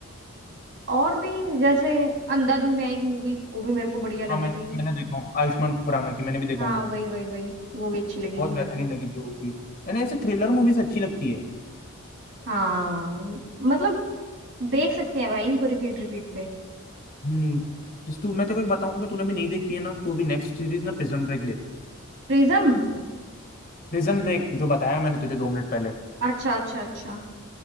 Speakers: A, on the right (about 60°); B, on the left (about 45°).
A: और भी जैसे अंधाधुन है एक मूवी वो भी मेरे को बढ़िया लगी
B: हाँ मैं
A: थी
B: मैंने देखा हूँ आयुष्मान खुराना की मैंने भी देखा
A: हाँ
B: हूँ वो
A: वही वही वही वो भी अच्छी लगी
B: बहुत
A: थी मेरे
B: बेहतरीन
A: को
B: लगी थी वो भी मैंने ऐसे थ्रिलर मूवीज अच्छी लगती है
A: हाँ मतलब देख सकते हैं भाई इनको रिपीट रिपीट पे
B: हम्म जिस तू मैं तेरे को एक बताऊं कि तूने भी नहीं देखी है ना तू अभी नेक्स्ट सीरीज ना प्रिजन ब्रेक देख
A: प्रिज्म
B: प्रिजन ब्रेक जो बताया मैंने तुझे दो मिनट पहले
A: अच्छा अच्छा अच्छा